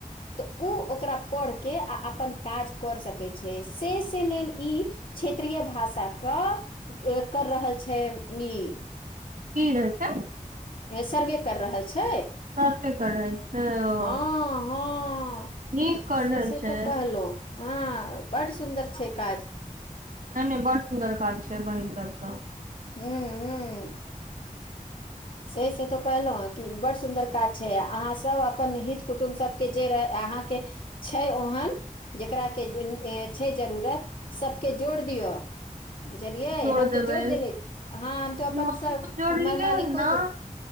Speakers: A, on the left (about 75°); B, on the right (about 80°).
A: तऽ ओ ओकरा पढ़ के आ अपन काज कर सकैत छै सेष से लेल ई क्षेत्रीय भाषा के कर रहल छै ई
B: की रहै छै।
A: सर्वे कर रहल छै
B: सर्वे कर रहल छै ओ
A: हँ-हँ।
B: नीक कर
A: से
B: रहल
A: से
B: छै
A: तो कहलो हँ बड सुन्दर छै काज।
B: नहि नहि बड़ सुन्दर काज छै बहिीन सभके।
A: हू-हू सही से तऽ कहलहुँ कि बड़ सुन्दर काज छै अहाँ सब अपन हित कुटुम्ब सबके जे रहै अहाँके छै ओहन जकरा के जे छै जरूरत सबतके जोड़ दियअ बुझलियै
B: जोड़
A: हम तऽ
B: देबै
A: जोर देले हँ हम तो अपन
B: जो हम
A: सब
B: तऽ जोड़लियै
A: हमर मालिको
B: ने
A: जु